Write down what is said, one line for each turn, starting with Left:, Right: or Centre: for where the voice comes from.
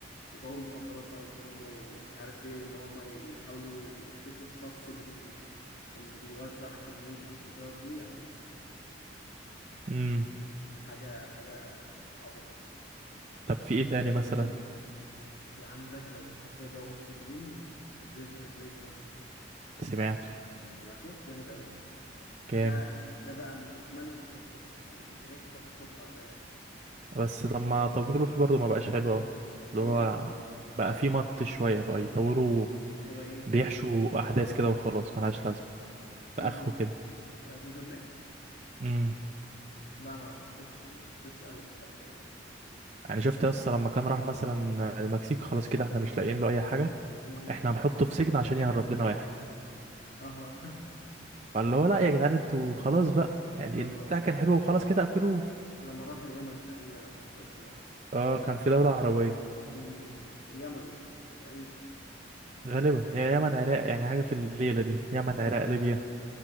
Left: وجو المخدرات بقى والجريمة ومش عارف ايه وان هم يحاولوا يقفشوا الشخص اللي بي اللي بيوزع كمية المخدرات دي يعني
Right: امم
Left: حاجة حاجة عظمة
Right: طب في ايه تاني مثلا
Left: في عندك لو بتحب جو السجون بريزون بريك مثلا
Right: سمعته
Left: سمعته جامد قوي
Right: جامد
Left: ده ده بقى م- ملك البلوت تويست يعني في حاجات انت ما بتخطرش على بالك
Right: بس طب ما طولوا فيه برضه ما بقاش حلو قوي اللي
Left: ايه
Right: هو بقى فيه مط شوية بقى يطولوا
Left: هو ايه
Right: بيحشوا احداث كده وخلاص ملهاش لازمة
Left: جيم
Right: باخره
Left: اوف
Right: كده
Left: بريزون بريك
Right: امم
Left: لا ما حسيتش ما حسيتش قوي بالحته دي
Right: يعني شفت يس لما كان راح مثلا المكسيك خلاص كده احنا مش لاقيين له اي حاجه
Left: امم
Right: احنا هنحطه في سجن عشان يهرب لنا واحد
Left: اه
Right: فاللي هو لا يا جدعان انتوا خلاص بقى
Left: <laughs>
Right: يعني
Left: لما
Right: البتاع كان حلو وخلاص كده قفلوه
Left: ولما راح اليمن تقريبا او حاجه شبه كده
Right: اه كان في دوله عربيه
Left: امم اليمن تقريبا
Right: غالبا يا يمن عراق يعني حاجه في الليله دي يمن
Left: امم
Right: عراق ليبيا